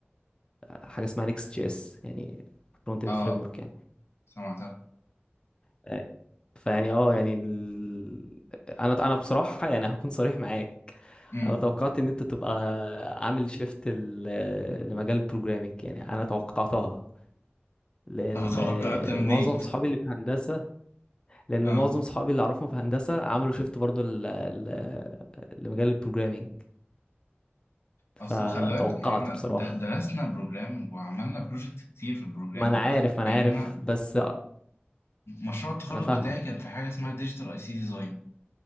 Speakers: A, on the left; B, on the left.
A: حاجه اسمها نيكست جي اس يعني فرونت اند
B: اه
A: فريم ورك
B: سمعتها
A: يعني فيعني اه يعني ال... انا انا بصراحه يعني هكون صريح معاك
B: امم
A: انا توقعت ان انت تبقى عامل شيفت لمجال البروجرامينج يعني انا توقعتها لان
B: طب توقعت منين
A: معظم صحابي اللي في هندسه لان
B: اه
A: معظم صحابي اللي اعرفهم في هندسه عملوا شيفت برضو ل... ل... لمجال البروجرامينج
B: اصل
A: فتوقعت
B: خلي بالك احنا
A: بصراحه
B: د- درسنا بروجرامنج وعملنا بروجكت كتير في البروجرامنج
A: ما انا عارف ما
B: يعني
A: انا عارف
B: انا
A: بس
B: مشروع التخرج
A: انا فاهمك
B: بتاعي كان في حاجه اسمها ديجيتال اي سي ديزاين